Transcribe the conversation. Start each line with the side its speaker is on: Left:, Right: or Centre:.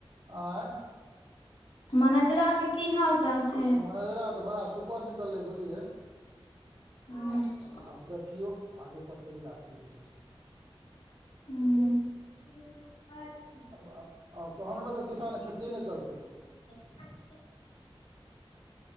Right: ऐं
Left: मनेजरा के की हाल-चाल छै।
Right: मनेजरा तऽ बड़ा सुपर निकलले बुलिये
Left: हुं।
Right: आब देखियौ आगे प्रक्रिया की होइ छै से।
Left: हूं <inaudible>
Right: आब-आब-आब तहनमे तऽ किसान खेतिए नै करतै यौ।
Left: <inaudible>